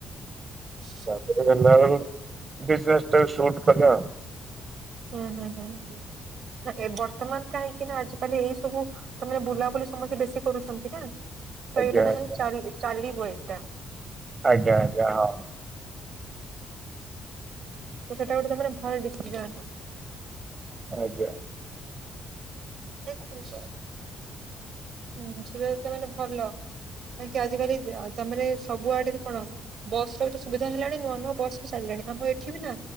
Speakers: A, on the right; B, on the right.
A: ହଁ
B: ତାପରେ ହେଲାବେଳକୁ ବିଜନେସ୍ ଟା ଶୂଟ କଲା।
A: ହୁଁ ହୁଁ ହୁଁ ଏ ବର୍ତ୍ତମାନ କାହିଁକି ନା ଆଜି ତାହେଲେ ଏଇ ସବୁ ତମାନେେ ବୁଲାବୁଲି ସମସ୍ତେ ବେଶୀ କରୁଛନ୍ତି ନା ତ
B: ଆଜ୍ଞା
A: ଏଇଟା ତମାନେେ
B: ଆଜ୍ଞା
A: ଚାରିବେ। ଚାଲିବ ଏଇଟା।
B: ଆଜ୍ଞା ଆଜ୍ଞା ହଁ।
A: ତ ସେଇଟା ଗୋଟେ ତମର ଭଲ ଡିସିସନ।
B: ଆଜ୍ଞା।
A: ଦେଖନ୍ତୁ ସାର। ହୁଁ ସେଟା ତ ମାନେ ଭଲ କାହିଁକି ଆଜିିକାଲି ତାମାନେ ସବୁଆଡେ କଣ? ବସର ଏତେ ସୁବିଧା ହେଲାଣି ନୂଆ ନୂଆ ବସ୍ ବି ଚାଲିଲାଣି ଆମ ଏଠି ବି ନା